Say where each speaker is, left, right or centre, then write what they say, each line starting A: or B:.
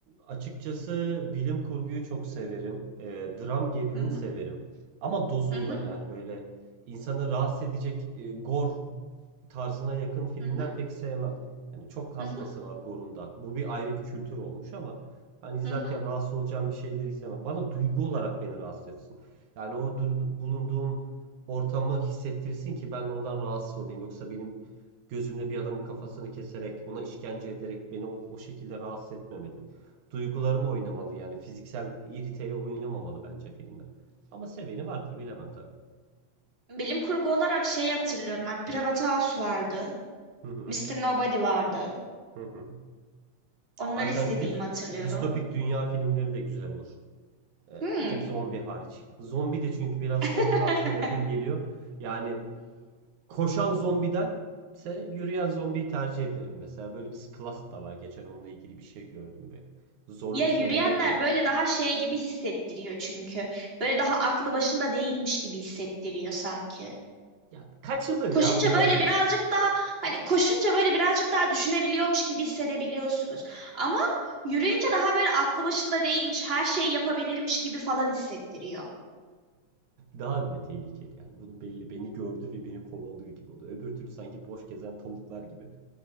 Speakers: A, on the right (about 85°); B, on the right (about 20°).
A: açıkçası bilim kurguyu çok severim. Ee, dram gerilim
B: Hı hı.
A: severim. Ama dozunda
B: Hı hı,
A: yani böyle insanı rahatsız edecek e, gor tarzına yakın filmler
B: hı hı,
A: pek sevmem. Yani çok hastası
B: hı hı,
A: var Gore'unda. Bu bir ayrı bir kültür olmuş ama ben izlerken
B: hı hı.
A: rahatsız olacağım bir şeyleri istemem. Bana duygu olarak beni rahatsız etsin. Yani o dur- bulunduğum ortamı hissettirsin ki ben oradan rahatsız olayım. Yoksa benim gözümle bir adamın kafasını keserek, ona işkence ederek beni o, o şekilde rahatsız etmemeli. Duygularım oynamalı yani fiziksel iriteye oynamamalı bence filmler. Ama seveni vardır bilemem tabii.
B: Bilim kurgu olarak şey hatırlıyorum ben. Private House vardı.
A: Hı hı.
B: Mister Nobody vardı.
A: Hı hı.
B: Onları
A: Alternatif
B: izlediğimi hatırlıyorum.
A: distopik dünya filmleri de güzel olur. Ee,
B: Hmm.
A: bir tek zombi hariç. Zombi de çünkü biraz
B: <laughs>
A: gore tarzına yakın geliyor. Yani koşan zombidense yürüyen zombiyi tercih ederim mesela. Böyle bir class da var. Geçen onunla ilgili bir şey gördüm böyle. Zorluk
B: Ya yürüyenler
A: seviyelerine göre.
B: böyle daha şey gibi hissettiriyor çünkü. Böyle daha aklı başında değilmiş gibi hissettiriyor sanki.
A: Ya kaçılır
B: Koşunca
A: ya falan
B: böyle
A: diyorsun.
B: birazcık daha hani koşunca böyle birazcık daha düşünebiliyormuş gibi hissedebiliyorsunuz. Ama yürüyünce daha böyle aklı başında değilmiş, her şeyi yapabilirmiş gibi falan hissettiriyor.
A: Daha bile tehlikeli yani. Bunu belli beni gördü ve beni kovalıyor gibi oldu. Öbür türlü sanki boş gezen tavuklar gibi.